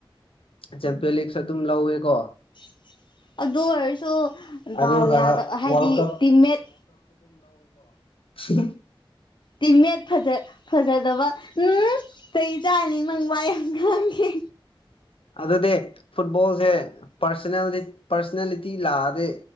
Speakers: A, on the left (about 75°); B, on the left (about 60°).
A: ꯖꯦꯝꯄꯦꯜ ꯂꯤꯛꯁ ꯑꯗꯨꯝ ꯂꯧꯋꯦꯀꯣ
B: <unintelligible> <inaudible> ꯑꯗꯨ ꯑꯣꯏꯔꯁꯨ ꯗꯥꯎ
A: ꯑꯗꯨꯒ
B: ꯌꯥꯗ ꯍꯥꯏꯗꯤ
A: ꯋꯥꯔꯜ ꯀꯞ
B: ꯇꯤꯃꯦꯠ
A: ꯁꯤꯔꯤ
B: ꯇꯤꯃꯦꯠ ꯐꯖꯗꯕ ꯎꯝ ꯆꯍꯤ ꯆꯥꯅꯤ ꯃꯪ ꯋꯥꯏ ꯌꯥꯝ ꯉꯥꯡꯉꯦ
A: ꯑꯗꯨꯗꯤ ꯐꯨꯠꯕꯣꯜꯁꯦ ꯄꯥꯔꯁꯣꯅꯦꯜꯗꯤ ꯄꯔꯁꯅꯂꯤꯤꯇꯤ ꯂꯥꯛꯗꯦ